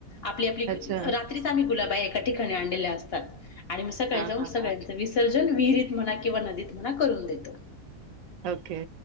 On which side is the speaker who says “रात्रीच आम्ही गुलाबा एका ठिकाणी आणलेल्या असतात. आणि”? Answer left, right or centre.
Left